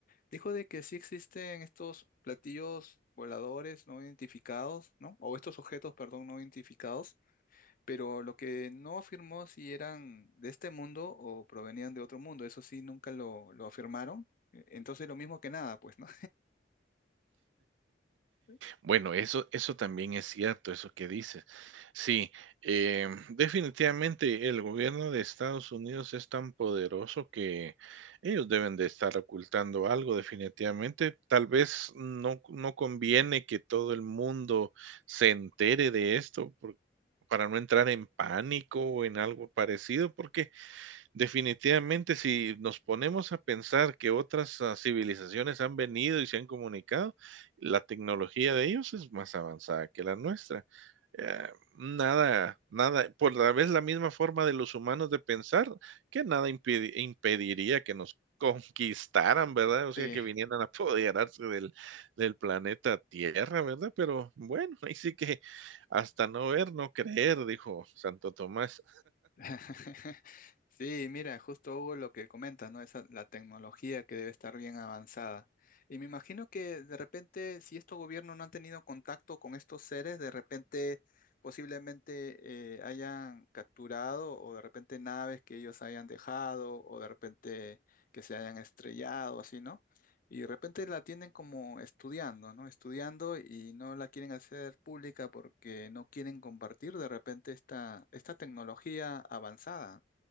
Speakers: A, on the left; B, on the right.
A: Dijo de que sí existen estos platillos voladores no identificados, ¿no? O estos objetos, perdón, no identificados, pero lo que no afirmó si eran de este mundo o provenían de otro mundo, eso sí, nunca lo, lo afirmaron. e-, Entonces, lo mismo que nada, pues, ¿no? <laughs>
B: Bueno, eso eso también es cierto, eso que dices. Sí, em, definitivamente el gobierno de Estados Unidos es tan poderoso que ellos deben de estar ocultando algo, definitivamente. Tal vez no no conviene que todo el mundo se entere de esto por para no entrar en pánico o en algo parecido, porque Definitivamente, si nos ponemos a pensar que otras ah, civilizaciones han venido y se han comunicado, la tecnología de ellos es más avanzada que la nuestra. Eh, nada, nada, por la vez la misma forma de los humanos de pensar, que nada impidi- impediría que nos conquistaran, ¿verdad? O
A: Sí.
B: sea, que vinieran a apoderarse del, del planeta Tierra, ¿verdad? Pero bueno, ahí sí que hasta no ver, no creer, dijo Santo Tomás.
A: <laughs> Sí, mira, justo hubo lo que comentas, ¿no? Esa, la tecnología que debe estar bien avanzada. Y me imagino que de repente, si estos gobiernos no han tenido contacto con estos seres, de repente posiblemente eh, hayan capturado o de repente naves que ellos hayan dejado o de repente que se hayan estrellado, así, ¿no? Y de repente la tienen como estudiando, ¿no? Estudiando y no la quieren hacer pública porque no quieren compartir de repente esta, esta tecnología avanzada,